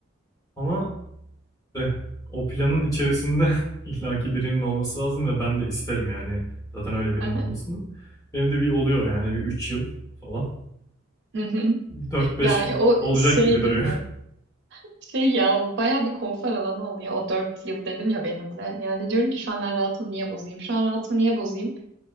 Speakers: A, on the left (about 15°); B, on the right (about 65°).
A: Ama işte o planın içerisinde <laughs> illaki birinin olması lazım ve ben de isterim yani zaten öyle birinin
B: <laughs>
A: olmasını. Benim de bir oluyor yani bir 3 yıl falan.
B: Hı hı.
A: Dört beş
B: Ya ya o
A: olacak
B: şey
A: gibi duruyor.
B: değil mi? Şey ya baya bir konfor alanı oluyor o dört yıl dedim ya benim de. Yani diyorum ki şu an ben rahatımı niye bozayım? Şu an rahatımı niye bozayım?